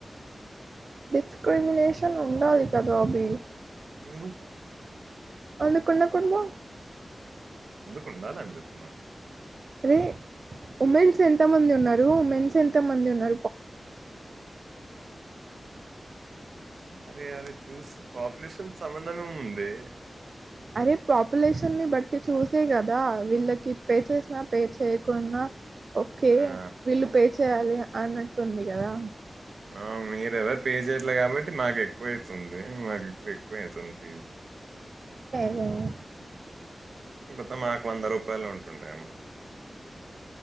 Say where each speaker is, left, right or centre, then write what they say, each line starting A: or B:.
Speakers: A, on the right; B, on the right.
A: డిస్క్రిమినేషన్ ఉండాలి కదా అవి
B: ఎందుకు
A: ఎందుకు ఉండకూడదు
B: ఎందుకుండాలి అని చెప్తున్న
A: అరే ఉమెన్స్ ఎంతమంది ఉన్నారు ఉమెన్స్ ఎంతమంది ఉన్నా
B: అరే అరే చూసి పాపులేషన్ సంబంధమేం ఉంది
A: అరే పాపులేషన్ ని బట్ ట్టి చూసే కదా వీళ్ళకి పే చేసినా పే చేయకున్నా ఓకే
B: ఆ
A: వీళ్ళు పే చేయాలి అన్నట్టుంది కదా
B: ఆ మీర్ ఎవరు పే చేయట్లే కాబట్టి మాకు ఎక్కువ అయితుంది మాకు ఎక్కువయి తుంది
A: <unintelligible>
B: కొత్తె మాకు వంద రూపాయలు ఉంటుండే అమ్మ